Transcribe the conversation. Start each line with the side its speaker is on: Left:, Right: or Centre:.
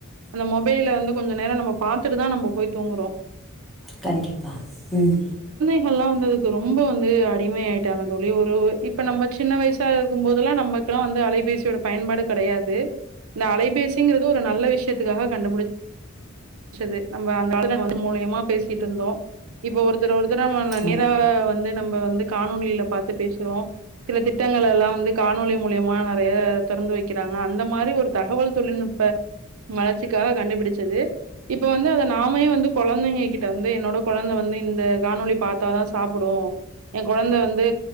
Right: அந்த மொபைல்ல வந்து கொஞ்ச நேரோ நம்ம பாத்துட்டுதா நம்ம போய் தூங்குறோ
Centre: கண்டிப்பா ம்
Right: லாம் வந்து அது ரொம்ப வந்து அடிமை ஆ <unintelligible> வெளியூரு இப்ப நம்ம சின்ன வயசாயிருக்கு போதெல்லா நமக்குலா வந்து அலைபேசியோட பயன்பாடு கெடையாது இந்த அலைபேசின்றதுக ஒரு நல்ல விஷயத்துக்காக கண்டுபிடிச்சது நம்ம <unintelligible> மூலியமா பேசிட்டு இருந்தோ இப்ப ஒருத்தர் ஒருத்தரா
Centre: ஆமாம்
Right: நேராக வந்து நம்ம வந்து காணொலிட்ட பாத்து பேசுரோ சில திட்டங்கல்லாலா வந்து காணொலி மூலியமா நெறைய தொறந்து வெக்கிறாங்க அந்த மாரி ஒரு தகவல் தொழில்நுட்ப வளர்ச்சிக்காக கண்டுபிடிச்சது இப்ப வந்து அத நாமே வந்து கொழந்தைங்க கிட்ட வந்தும் என்னோட கொழந்த வந்து இந்த காணொலி பாத்ததா சாப்டூ என் கொழந்த வந்து வந்து